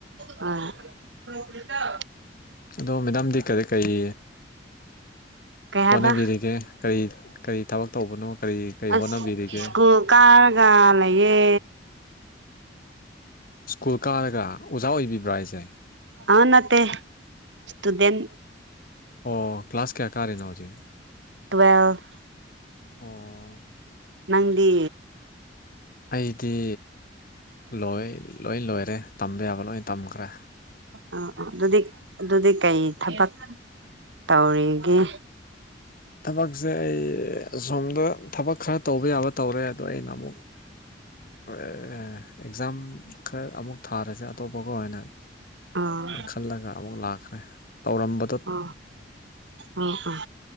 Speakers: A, on the right; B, on the left.
A: ꯑꯥ
B: ꯑꯗꯣ ꯃꯦꯗꯥꯝꯗꯤ ꯀꯔꯤ ꯀꯔꯤ
A: ꯀꯩ
B: ꯍꯣꯠꯅꯕꯤꯔꯤꯒꯦ
A: ꯍꯥꯏꯕ
B: ꯀꯔꯤ ꯀꯔꯤ ꯊꯕꯛ ꯇꯧꯕꯅꯣ ꯀꯔꯤ ꯀꯔꯤ
A: ꯑꯁ
B: ꯍꯣꯠꯅꯕꯤꯔꯤꯒꯦ
A: ꯁ꯭ꯀꯨꯜ ꯀꯥꯔꯒ ꯂꯩꯌꯦ
B: ꯁ꯭ꯀꯨꯜ ꯀꯥꯔꯒ ꯑꯣꯖꯥ ꯑꯣꯏꯕꯤꯕ꯭ꯔꯥ ꯍꯥꯏꯁꯦ
A: ꯑꯅꯠꯇꯦ ꯁꯨꯗꯦꯟ
B: ꯑꯣ ꯀ꯭ꯂꯥꯁ ꯀꯌꯥ ꯀꯥꯔꯤꯅꯣ ꯍꯧꯖꯤꯛ
A: <inaudible>
B: ꯑꯣ
A: ꯅꯪꯗꯤ
B: ꯑꯩꯗꯤ ꯂꯣꯏ ꯂꯣꯏ ꯂꯣꯏꯔꯦ ꯇꯝꯕ ꯌꯥꯕ ꯂꯣꯏ ꯇꯝꯈ꯭ꯔꯦ
A: ꯑꯗꯨꯗꯤ ꯑꯗꯨꯗꯤ ꯀꯔꯤ ꯊꯕꯛ ꯇꯧꯔꯤꯒꯦ
B: ꯊꯕꯛꯁꯦ ꯑꯩ ꯑꯁꯣꯝꯗ ꯊꯕꯛ ꯈꯔ ꯇꯧꯕ ꯌꯥꯕ ꯇꯧꯔꯦ ꯑꯗꯣ ꯑꯩꯅ ꯑꯃꯨꯛ ꯑꯦꯛꯖꯥꯝ ꯈꯔ ꯑꯃꯨꯛ ꯊꯥꯔꯁꯦ ꯑꯇꯣꯞꯄꯒ ꯑꯣꯏꯅ
A: ꯑꯣ
B: ꯁꯥꯏꯅ ꯈꯜꯂꯒ ꯑꯃꯨꯛ ꯂꯥꯛꯈ꯭ꯔꯦ ꯇꯧꯔꯝꯕ
A: ꯑꯣ ꯑꯣ ꯑꯥ